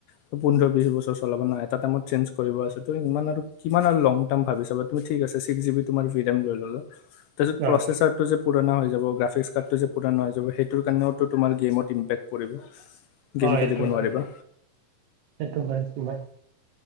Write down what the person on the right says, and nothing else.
অ
অ সেইটো
হয়,
সেইটো হয় সেই টো হয়।